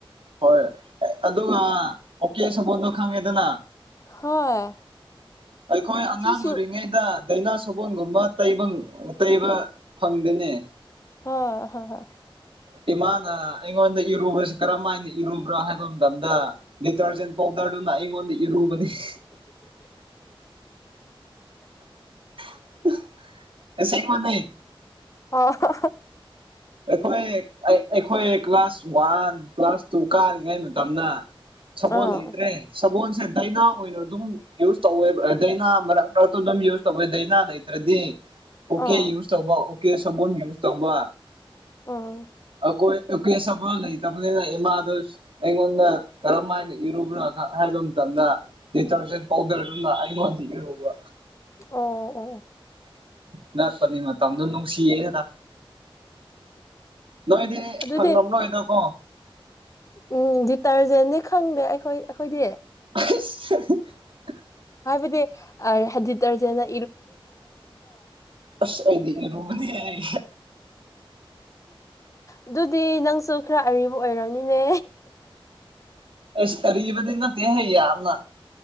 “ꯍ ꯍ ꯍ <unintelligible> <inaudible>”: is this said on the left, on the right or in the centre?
Left